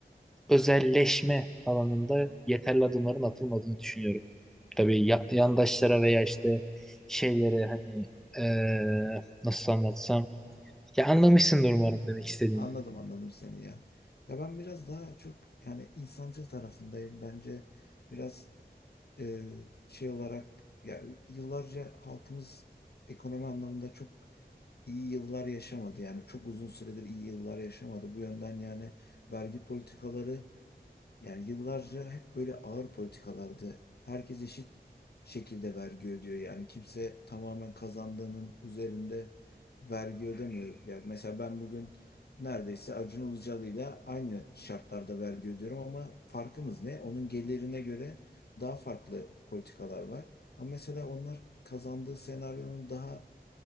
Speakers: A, in the centre; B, on the left.
A: özelleşme alanında yeterli adımların atılmadığını düşünüyorum. Tabii ya- yandaşlara veya işte şeylere hani eee, nasıl anlatsam ya anlamışsındır umarım demek istediğimi.
B: Anladım anladım seni ya. Ya ben biraz daha çok yani insancıl tarafındayım. Bence biraz e, şey olarak ya yıllarca halkımız ekonomi anlamında çok iyi yıllar yaşamadı. Yani çok uzun süredir iyi yıllar yaşamadı. Bu yönden yani vergi politikaları yani yıllarca hep böyle ağır politikalardı. Herkes eşit şekilde vergi ödüyor. Yani kimse tamamen kazandığının üzerinde vergi ödemiyor. Yani mesela ben bugün neredeyse Acun Ilıcalı'yla aynı şartlarda vergi ödüyorum ama farkımız ne? Onun gelirine göre daha farklı politikalar var. Ama mesela onlar kazandığı senaryonun daha